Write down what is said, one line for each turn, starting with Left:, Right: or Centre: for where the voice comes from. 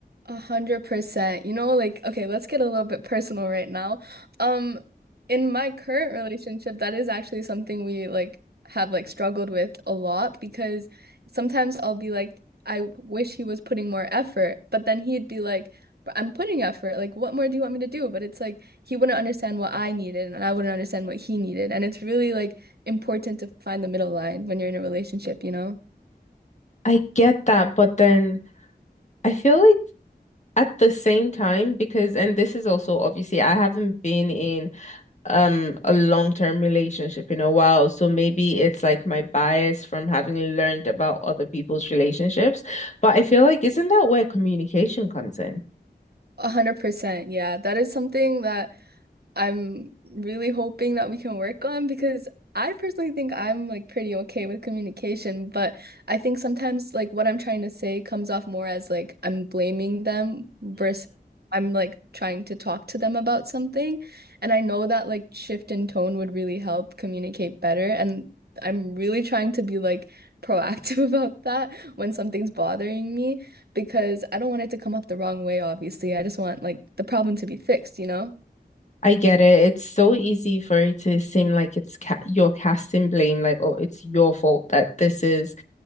Right: A hundred percent. You know, like, okay, let's get a little bit personal right now. Um, in my current relationship, that is actually something we like have like struggled with a lot because sometimes I'll be like, I wish he was putting more effort, but then he'd be like, "But I'm putting effort. Like, what more do you want me to do? But it's like he wouldn't understand what I needed and I wouldn't understand what he needed. And it's really like important to find the middle line when you're in a relationship, you know?
Left: I get that, but then I feel like at the same time, because, and this is also obviously, I haven't been in um a long-term relationship in a while, so maybe it's like my bias from having learned about other people's relationships, but I feel like isn't that where communication comes in?
Right: A hundred percent. Yeah, that is something that I'm really hoping that we can work on because I personally think I'm like pretty okay with communication, but I think sometimes like what I'm trying to say comes off more as like I'm blaming them versus I'm like trying to talk to them about something. And I know that like shift in tone would really help communicate better. And I'm really trying to be like proactive <laughs> about that when something's bothering me because I don't want it to come up the wrong way, obviously. I just want like the problem to be fixed, you know?
Left: I get it. It's so easy for it to seem like it's ca you're casting blame, like, oh, it's your fault that this is,